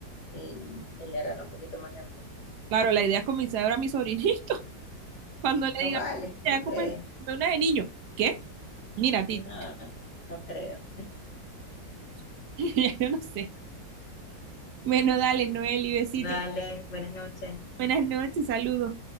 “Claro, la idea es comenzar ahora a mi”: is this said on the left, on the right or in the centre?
Right